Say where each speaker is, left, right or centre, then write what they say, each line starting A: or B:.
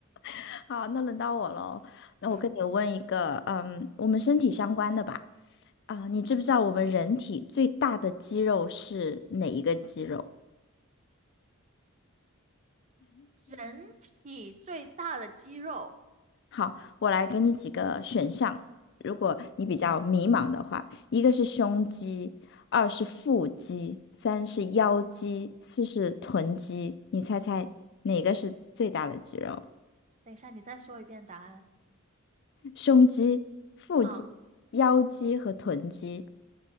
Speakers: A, on the left; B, on the right.
A: <laughs> 好，那轮到我喽。
B: <laughs>
A: 那我跟你问一个，
B: 嗯。
A: 嗯，我们身体相关的吧。啊、你知不知道我们人体最大的肌肉是哪一个肌肉？
B: 人体最大的肌肉，
A: 好，我来给你几个选项，如果你比较迷茫的话，一个是胸肌，二是腹肌，三是腰肌，四是臀肌，你猜猜哪个是最大的肌肉？
B: 等一下，你再说一遍答案
A: 胸肌、腹肌、
B: 啊。
A: 腰肌和臀肌，